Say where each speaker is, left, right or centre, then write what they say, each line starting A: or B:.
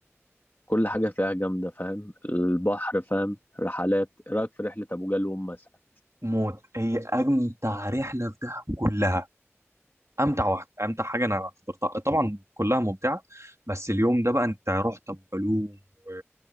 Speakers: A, on the left (about 45°); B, on the right (about 80°).
A: كل حاجة فيها جامدة فاهم البحر فاهم رحلات ايه رأيك في رحلة ابو جالوم مثلا
B: موت هي امتع رحلة في دهب كلها امتع واحدة امتع حاجة انا حضرتها طبعا كلها ممتعة بس اليوم ده بقى انت رحت ابو جالوم و...